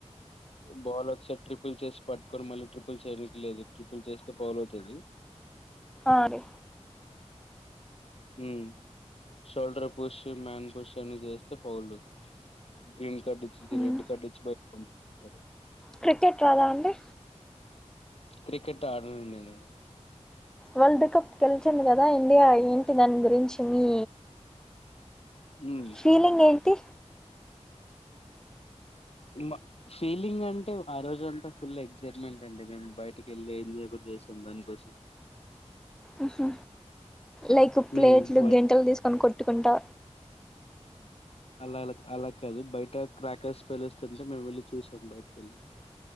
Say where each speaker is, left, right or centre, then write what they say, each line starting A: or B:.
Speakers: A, on the left; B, in the centre.
A: బాల్ ఒకసారి ట్రిపుల్ చేసి పట్టుకొని మళ్ళీ ట్రిపుల్ చేయనికి లేదు ట్రిపుల్ చేస్తే పౌల్ అవుతది
B: ఆరి
A: ఉమ్ షోల్డర్ పుష్ మ్యాన్ పుష్ అన్ని చేస్తే పౌలు గ్రీన్ కట్టిచ్చి
B: మ్మ్
A: రెడ్ కట్ ఇచ్చి <unintelligible>
B: క్రికెట్ రాదా అండి
A: క్రికెట్ ఆడను నేను
B: వరల్డ్ కప్ గెలిచింది కదా ఇండియా ఏంటి దాని గురించి మీ
A: ఉమ్
B: ఫీలింగేం టి
A: ఉం ఆ ఫీలింగ్ అంటే ఆ రోజు అంతా ఫుల్ ఎగ్సైట్మెంట్ అండి మేము బయటకి వెళ్ళి ఎంజాయ్ కూడా చేశాం దానికోసం
B: ఊహూ లైక్ ప్లేట్లు
A: ఉమ్
B: గెంటెలు తీసుకొని కొట్ ట్టుకుంటా
A: అలా అలా అలా కాదు బయట క్రాకర్స్ పేలుస్తుంటే మేము వెళ్ళి చూసాం బయటకెళ్ళి